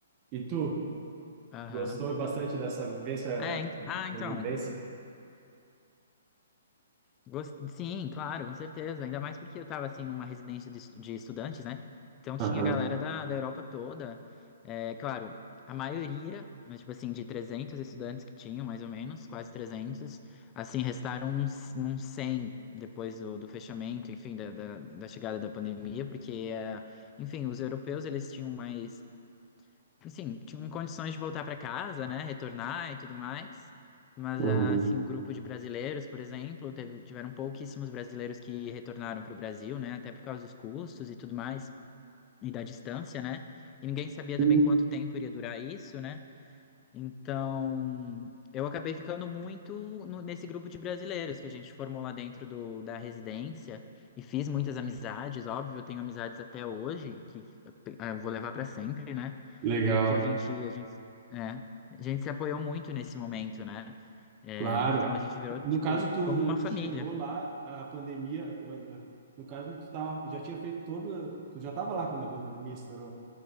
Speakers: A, on the right (about 30°); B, on the left (about 20°).
A: E tu?
B: Aham.
A: Gostou bastante dessa vivência
B: É, en-
A: de
B: ah, então.
A: convivência?
B: Gos- Sim, claro, com certeza. Ainda mais porque eu estava assim numa residência de, estu- de estudantes, né? Então tinha
A: Aham,
B: galera da, da Europa toda. É, claro, a maioria, mas, tipo assim, de 300 estudantes que tinham, mais ou menos, quase 300 assim, restaram uns, uns 100 depois do, do fechamento, enfim, da, da, da chegada da pandemia, porque, é, enfim, os europeus, eles tinham mais assim, tinham condições de voltar para casa, né, retornar e tudo mais. Mas,
A: uhum.
B: ah, assim, o grupo de brasileiros, por exemplo, teve, tiveram pouquíssimos brasileiros que retornaram para o Brasil, né, até por causa dos custos e tudo mais, e da distância, né. E ninguém sabia também
A: Uhum.
B: quanto tempo iria durar isso, né. Então, eu acabei ficando muito no- nesse grupo de brasileiros que a gente formou lá dentro do, da residência e fiz muitas amizades, óbvio, eu tenho amizades até hoje que eu pe- ah, eu vou levar para sempre, né?
A: Legal,
B: Porque a gente, a gente, é, a gente se apoiou muito nesse momento, né? É,
A: claro.
B: então a gente virou
A: No
B: tipo
A: caso, tu,
B: como uma
A: tu
B: família.
A: chegou lá, a pandemia, no caso, tu tava, já tinha feito toda, tu já estava lá quando a pandemia estourou,